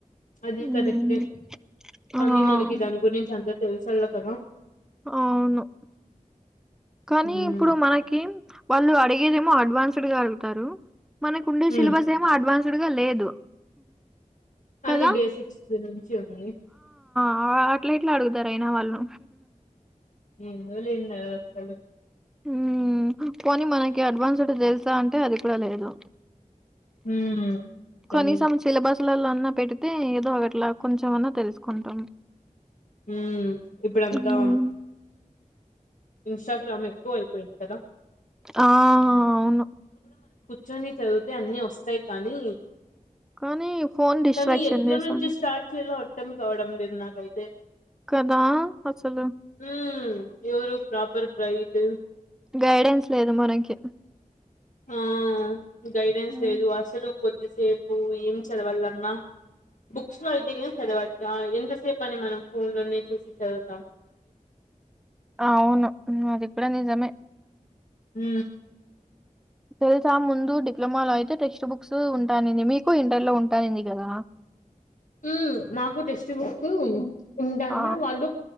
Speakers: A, on the left; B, in the centre.
A: అది
B: హ్మ్.
A: కరెక్టే కానీ
B: ఆ!
A: మనకి దాని గురించి అం తెలుసాలా కదా
B: అవును కానీ
A: ఉమ్
B: ఇప్పుడు మనకేం వాళ్ళు అడిగేదేమో అడ్వాన్స్డ్ గా అడుగుతారు మనకు ఉండే
A: ఉమ్
B: సిలబస్ ఏమో అడ్వాన్స్ డుగా లేదు
A: అన్ని
B: కదా!
A: బేసిక్స్ గురించి ఉంది
B: ఆ అట్లా ఎట్లా అడుగుతారు అయినా వాళ్ళు
A: ఏందో లేండి అది అసలు
B: ఊ పోనీ మనకి అడ్వాన్స్డ్ తెలుసా అంటే అది కూడా లేదు
A: ఉమ్ తెలీదు
B: కనీసం సిలేబస్ లల్లో అన్నా పెడితే ఏదో అట్లా కొంచెంమన్నా తెలుసుకుంటాం
A: ఉ ఇప్పుడంతా
B: హ్మ్.
A: ఇన్స్టాగ్రామ్ ఎక్కువ అయిపోయింది కదా
B: ఆ అవును
A: కూర్చుని చదివితే అన్ని వస్తాయి కానీ
B: కానీ ఫోను డిస్ట్రాక్షన్
A: కానీ ఎట్లా
B: చేస్తాంది.
A: నుంచి స్టార్ట్ చేయలో అర్థం కావడం లేదు నాకైతే
B: కదా! అసలు
A: ఉ ఎవరు గైడు
B: గైడెన్స్ లేదు మనకి
A: ఆ గైడెన్స్
B: హ్మ్.
A: లేదు అసలు కోద్ ఎంతసేపు ఏం చదవాలన్నా బుక్స్ లో అయితే చదవచ్చా ఎంతసేపు మనే మనం ఫోన్లోనే చూసి చదువు
B: అవును ఉ అది కూడా నిజమే
A: ఊ
B: తెలుసా ముందు డిప్లొమాలో అయితే టెక్స్ట్ బుక్స్ ఉంటానంది మీకు ఇంటర్ లో ఉంటానంది కదా
A: ఉ మాకు టెక్స్ట్ బుక్ ఉంటాన్న
B: ఆ!
A: వాళ్ళు